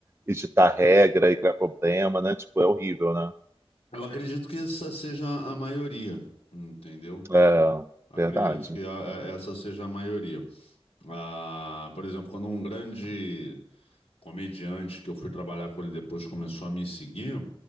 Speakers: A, on the right; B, on the left.
A: editar regra e criar problema, né? Tipo, é horrível, né?
B: Eu acredito que essa seja a maioria, entendeu?
A: É,
B: Acredito
A: verdade.
B: que a- a- essa seja a maioria. Ah, por exemplo, quando um grande comediante que eu fui trabalhar com ele depois começou a me seguir,